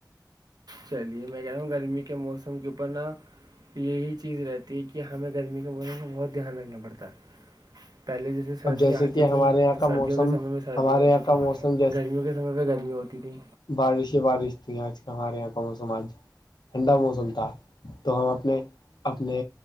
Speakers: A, on the right; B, on the left.
A: چلیے میں کہہ رہا ہوں گرمی کے موسم کے اوپر نا یہی چیز رہتی ہے کہ ہمیں گرمی کے موسم پ بہت دھیان رکھنا پڑتا ہے پہل جس جسے سردیاں
B: اب جیسے
A: آتی
B: کہ
A: تھیں
B: ہمارے یہاں
A: تو
B: کا
A: سردیوں
B: موسم
A: کے سمے میں سردیاں
B: ہمارے
A: ہوتی
B: یہاں
A: تھیں
B: کا موسم
A: گرمیوں کے سمے پ گرمی ہوتی تھیں
B: بارشیں بارش تھی آج کا ہمارے یہاں کا موسم آج ٹھنڈا موسم تھا تو ہم اپنے اپنے